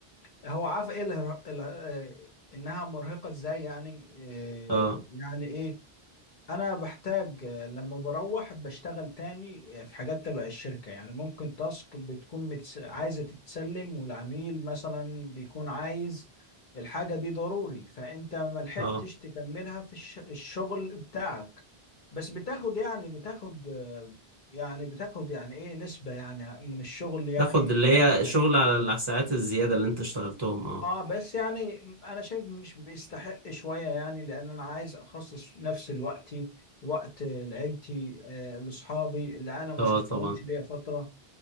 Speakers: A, on the left; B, on the right.
A: هو عارف ايه اله- اله- آه، انها مرهقه ازاي يعني آه،
B: اه
A: يعني ايه انا بحتاج آه، لما بروح بشتغل تاني آه، في حاجات تبع الشركة يعني ممكن تاسك بتكون متس... عايزة تتسلم والعميل مثلا بيكون عايز الحاجة دي ضروري فانت ما لحقتش
B: اه
A: تكملها في الش... الشغل بتاعك بس بتاخد يعني بتاخد آه، يعني بتاخد يعني ايه نسبة يعني من الشغل يعني
B: تاخد اللي
A: بتاخد
B: هي
A: حاجة
B: شغل على الساعات الزيادة اللي انت اشتغلتهم اه
A: اه بس يعني انا شايف مش بيستحق شوية يعني لان انا عايز اخصص نفس الوقت وقت لعيلتي آه لاصحابي اللي انا ما
B: اه
A: شفتهمش
B: طبعا
A: ليا فترة